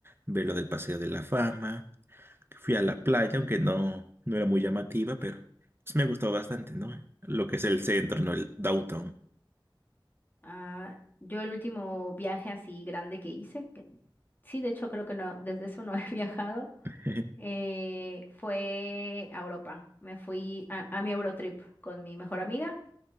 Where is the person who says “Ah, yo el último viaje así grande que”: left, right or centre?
Left